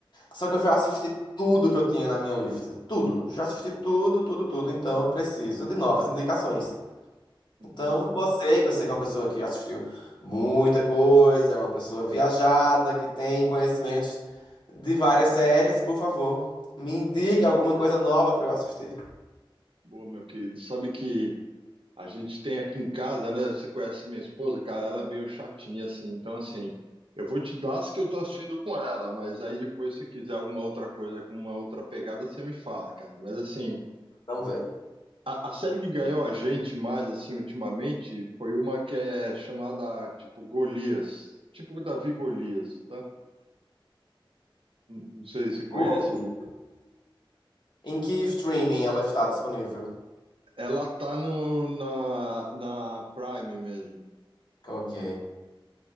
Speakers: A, on the left (about 55°); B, on the right (about 80°).
A: Só que eu já assisti tudo que eu tinha na minha lista. Tudo. Já assisti tudo, tudo, tudo. Então eu preciso de novas indicações.
B: Uhum.
A: Então, você, que eu sei que é uma pessoa que assistiu muita coisa, é uma pessoa viajada, que tem conhecimentos de várias séries, por favor, me indique alguma coisa nova para eu assistir.
B: Boa, meu querido. Sabe que a gente tem aqui em casa, né? Você conhece minha esposa, cara, ela é meio chatinha, assim. Então, assim, eu vou te dar as que eu tô assistindo com ela, mas aí depois, se quiser alguma outra coisa com uma outra pegada, você me fala, cara. Mas, assim,
A: Vamos ver.
B: A, a série que ganhou a gente mais, assim, ultimamente, foi uma que é chamada, tipo, Golias. Tipo Davi Golias, tá? N- Não sei se você conhece.
A: Curly. Em que streaming ela está disponível?
B: Ela tá no, na, na Prime mesmo.
A: Ok.